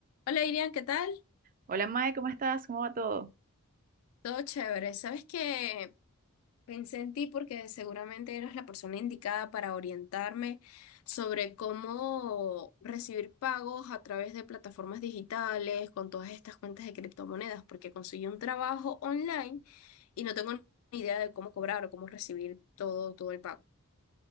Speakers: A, on the left; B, on the right.
A: Hola Irian, ¿qué tal?
B: Hola Mae, ¿cómo estás? ¿Cómo va todo?
A: Todo chévere. Sabes que pensé en ti porque seguramente eras la persona indicada para orientarme sobre cómo recibir pagos a través de plataformas digitales con todas estas cuentas de criptomonedas, porque conseguí un trabajo online y no tengo ni idea de cómo cobrar o cómo recibir todo, todo el pago.